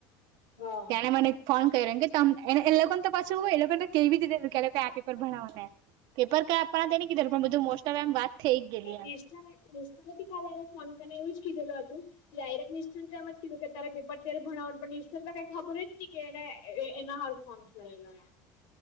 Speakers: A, on the left; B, on the right.
A: હા
B: તને મને ફોન મ કે તને એ લોકોને તો પાછું એ લોકોને તો કેવી રીતે કે લોકો આ પેપર ભણાવવા ને. પેપર કઈ આપવાના તો નને કીધું પણ બધુ મોસ્ટ ઓફ એમ વાત થઈ ગયેલી
A: નિષ્ઠા
B: એમ
A: નિષ્ઠા નથીથી કરીને ફોન કરી ના એવું જ કીધેલું હતું ડાયરેક નિષ્ઠા ને એમ જ કીધું તારે પેપર ત્યારે ભણાવવાનું પણ નિષ્ઠા તો કઈ ખબર જ ન કે એને એના હારુ ફોન કરેલો